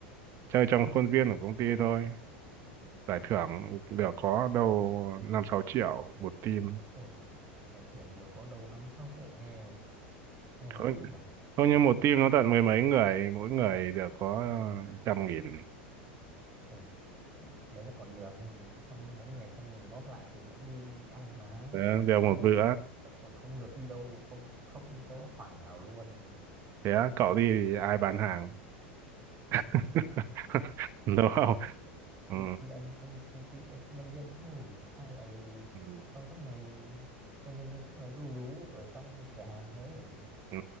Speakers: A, on the right; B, on the right.
A: chơi trong khuôn viên của công ty thôi giải thưởng được có đâu năm sáu triệu một team
B: ôi giải thưởng được có đầu năm sáu triệu nghe nghe nói
A: không,
B: ít nhỉ
A: không như một team nó tận mười mấy người mỗi người được có trăm nghìn
B: Ôi, đấy là còn đường trăm mỗi người trăm nghìn góp lại thì cũng đi đi ăn được mà
A: Ờ, đều một
B: đây
A: bữa
B: tớ, tớ còn không được đi đâu không không có khoản nào luôn
A: thế cậu đi thì ai bán hàng <laughs>
B: nhưng
A: đúng
B: mà
A: không
B: cũng phải
A: ừ.
B: tri tri ân công công ty ê, nhân viên chứ ai lại
A: ừ.
B: cho suốt ngày cho nhân viên suốt ngày ru rú ở trong cửa hàng thế
A: Ừ.